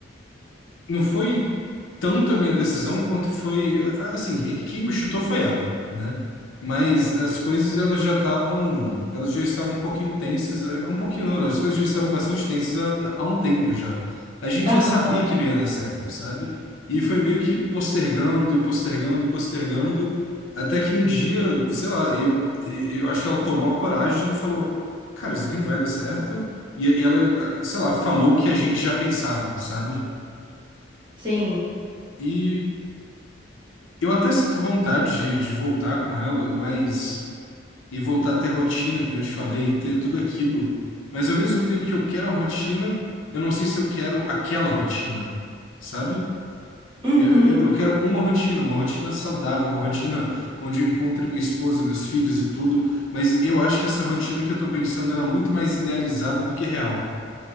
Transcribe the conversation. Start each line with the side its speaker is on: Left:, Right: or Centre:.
Left: não foi. tanto a minha decisão quanto foi, a- a- assim, quem me chutou foi ela, né? Mas as coisas elas já estavam, elas já estavam um pouquinho tensas, eh, um pouquinho não, né? as coisas já estavam bastante tensas há, há um tempo já. A gente já
Right: Aham,
Left: sabia que não ia dar certo, sabe? E foi meio que postergando e postergando e postergando, até que um dia, sei lá, eu, eu acho que ela tomou a coragem e falou, cara, isso aqui não vai dar certo. E, e ela, eh, sei lá, falou o que a gente já pensava, sabe?
Right: sim.
Left: E Eu até sinto vontade de, de voltar com ela, mas. E voltar a ter rotina, que nem eu te falei, e ter tudo aquilo. Mas ao mesmo tempo que eu quero a rotina, eu não sei se eu quero aquela rotina, sabe?
Right: Uhum,
Left: Eu, eu, eu quero uma rotina, uma rotina saudável, uma rotina onde eu encontre minha esposa, meus filhos e tudo. Mas eu acho que essa rotina que eu tô pensando, ela é muito mais idealizada do que real.